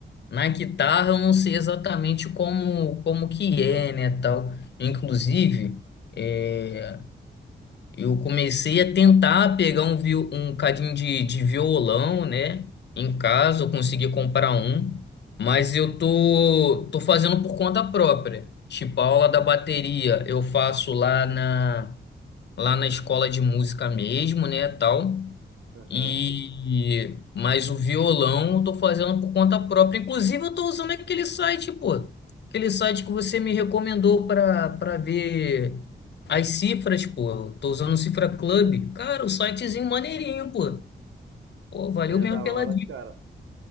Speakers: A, on the left; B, on the right.
A: na guitarra eu não sei exatamente como, como que é, né, tal. Inclusive. é, Eu comecei a tentar pegar um, vi- um cadinho de, de violão, né? Em casa, eu consegui comprar um, mas eu tô, tô fazendo por conta própria. Tipo, a aula da bateria eu faço lá na, lá na escola de música mesmo, né? Tal.
B: Aham.
A: E mas o violão eu tô fazendo por conta própria. Inclusive eu tô usando aquele site, pô. Aquele site que você me recomendou para para ver as cifras, pô. Eu tô usando o Cifra Club. Cara, o sitezinho maneirinho, pô. Pô, valeu
B: É
A: mesmo
B: da
A: pela
B: hora,
A: dica.
B: cara.